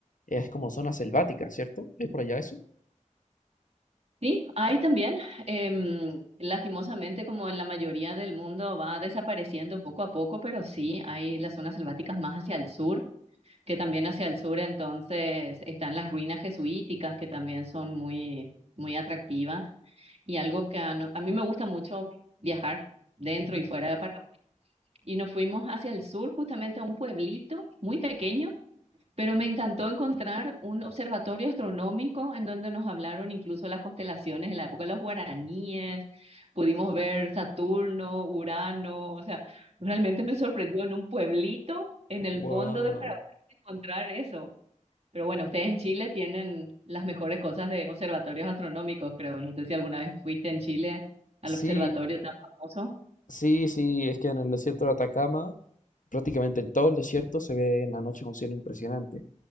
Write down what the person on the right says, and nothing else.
Sí, hay también, em, lastimosamente, como en la mayoría del mundo, va desapareciendo poco a poco, pero sí hay las zonas selváticas más hacia el sur, que también hacia el sur entonces están las ruinas jesuíticas, que también son muy, muy atractivas. Y algo que a, no- a mí me gusta mucho viajar dentro
y fuera de Paraguay. Y nos fuimos hacia el sur, justamente a un pueblito muy pequeño Pero me encantó encontrar un observatorio astronómico en donde nos hablaron incluso las constelaciones en la época de los guaraníes, pudimos ver Saturno, Urano, o sea, realmente me sorprendió en un pueblito en el
fondo de Paraguay encontrar eso. Pero bueno, ustedes en Chile tienen las mejores cosas de observatorios astronómicos, creo. No sé si alguna vez fuiste en Chile al
observatorio tan famoso